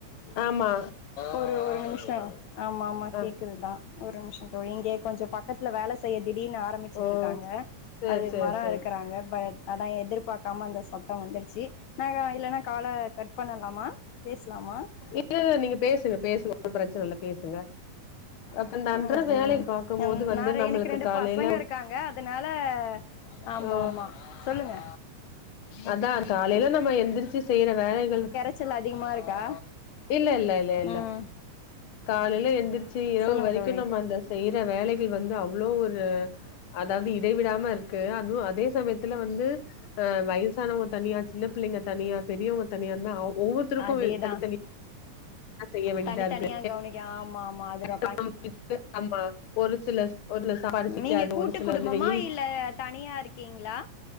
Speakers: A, on the left (about 55°); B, on the left (about 75°).
A: ஆமா
B: ஒரு ஒரு நிமிஷம் ஆமா ஆமா
A: ஆ
B: கேக்குதுதா ஒரு நிமிஷம் தோழி இங்கே கொஞ்சோ பக் கத்துல வேலை செய்ய திடீர்னு ஆரம்பிச்சிட்டு
A: ஓ
B: இருக்காங்க
A: சேரி
B: அது
A: சேரி
B: மரம்
A: சேரி
B: அறுக்குறாங்க பட் அதா எதிர்பாக்காம அந்த சத்தம் வந்துடுச்சு நா இல்லனா கால கட் பண்ணலாமா பேசலாமா
A: இல்ல இல்ல நீங்க பேசுங்க பேசுங்க ஒன்னும் பிரச்சனை இல்ல பேசுங்க அப்ப இந்த
B: ம்
A: அன்றாட
B: ம்
A: வேலைய பாக்கும்போது
B: ம்
A: வந்து
B: நா
A: நம்மளுக்கு
B: எனக்கு ரெண்டு
A: காலையில
B: பசங்க இருக்காங்க அதனால ஆமா
A: ஆ
B: ஆமா சொல்லுங்க
A: அதா காலையில நம்ம எந்திரிச்சி செய்யிற வேலைகள்
B: இரைச்சல் அதிகமா இருக்கா
A: இல்ல இல்ல இல்ல இல்ல
B: ம்
A: காலையில எழுந்திரிச்சி இரவு
B: சொல்லுங்க
A: வரைக்கு
B: தோழி
A: நம்ம அந்த செய்யிற வேலைகள் வந்து அவ்ளோ ஒரு அதாது இடைவிடாம இருக்கு அதுவு அதே சமயத்துல வந்து அ வயசானவங்க தனியா சின்ன பிள்ளைங்க தனியா பெரியவங்க தனியா இருந்தா ஒவ்வொரு தற்கும்
B: அதேதா
A: தனித்தனியாக செய்ய வேண்டியதாயிருக்கு
B: தனித்தனியா கவனிக்க ஆமா ஆமா அது ரா
A: <unintelligible> ஆமா ஒரு சில ஒரு சாப்பாடு சிக்காது
B: நீங்க கூட்டு
A: ஒரு சில
B: குடும்பமா
A: வந்து வெயில்
B: இல்ல தனியா இருக்கீங்களா